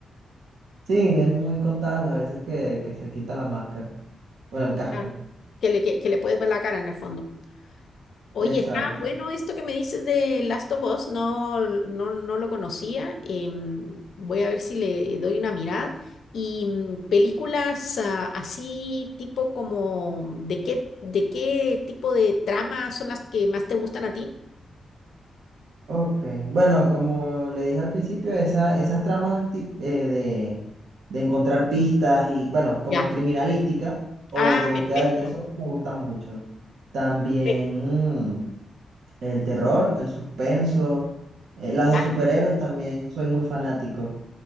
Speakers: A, on the right (about 80°); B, on the left (about 70°).
A: Sí, es muy contada las veces que, que se quita la máscara. Bueno, el casco.
B: Ah. que le, que que le puedes ver la cara en el fondo. Oye,
A: Exacto.
B: está bueno esto que me dices de Last of Us, no, no, no lo conocía. em, voy a ver si le doy una mirada. Y mm, películas ah, así tipo como, ¿de qué, de qué tipo de trama son las que más te gustan a ti?
A: Ok. Bueno, como le dije al principio, esa, esas tramas tip- eh, de, de encontrar pistas y, bueno, como
B: Ya.
A: criminalística o
B: Ah,
A: de búsqueda
B: perfecto.
A: del tesoro, me gustan mucho. También
B: perfecto,
A: mm, el terror, el suspenso, eh, las
B: ya.
A: de superhéroes también, soy muy fanático.